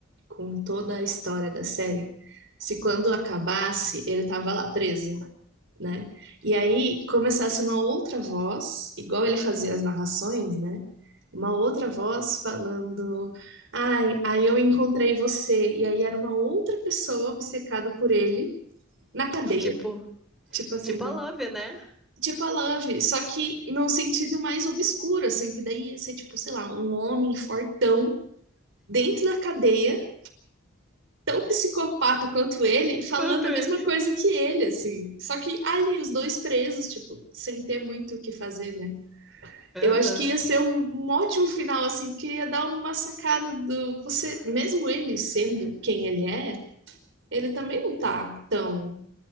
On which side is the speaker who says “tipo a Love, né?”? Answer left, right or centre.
Centre